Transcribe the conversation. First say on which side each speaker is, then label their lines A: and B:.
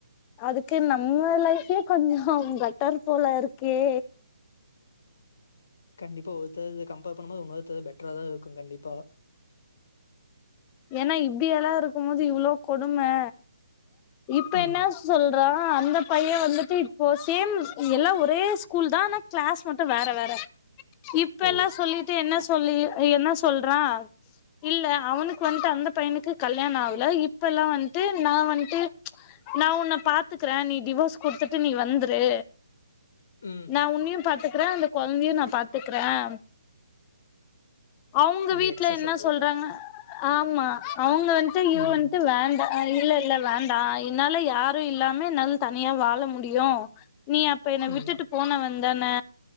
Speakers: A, on the left; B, on the left.
A: அதுக்கு நம்ம லைஃபே கொஞ்சோ பெட்டர் போல இருக்கே
B: கண்டிப்பா ஒருத்தர கம்பேர் பண்ணும்போது ஒன்னொருத்தரு பெட்டரா தா இருக்கு கண்டிப்பா
A: ஏனா இப்படியெல்லா இருக்கும் போது இவ்வளவு கொடுமே இப்ப
B: ம்.
A: என்ன சொல்ற அந்த பையன் வந்துட்டு இப்போ சேம் எல்லா ஒரே ஸ்கூல் தா ஆனா கிளாஸ் மட்டும் வேற வேற இப்ப
B: ஓ,
A: எல்லா சொல்லிட்டு என்ன சொல்லி என்ன சொல்றா இல்ல அவனுக் இப்ப வந்துட்டு அந்த பையனுக்கு கல்யாண ஆகல இப்பெல்லா வந்துட்டு நா வந்துட்டு நான் உன்னை பாத்துக்கறேன் நீ டிவோர்ஸ் குடுத்துட்டு நீ வந்துரு
B: ம்.
A: நான் உன்னையும் பாத்துக்கறேன் இந்த குழந்தையும் நான் பாத்துக்றேன் அவுங்க
B: அந்த
A: வீட்டுல
B: எக்ஸ்
A: என்ன
B: சொல்றது.
A: சொல்றாங்க ஆமா அவங்க வந்துட்டு இவ
B: ம்,
A: வந்துட்டு வேண்டா இல்ல இல்ல வேண்டா என்னால யாரும் இல்லாம என்னால தனியா வாழ முடியும் நீ அப்ப என்
B: ம்.
A: விட்டுட்டு போன வந்தானே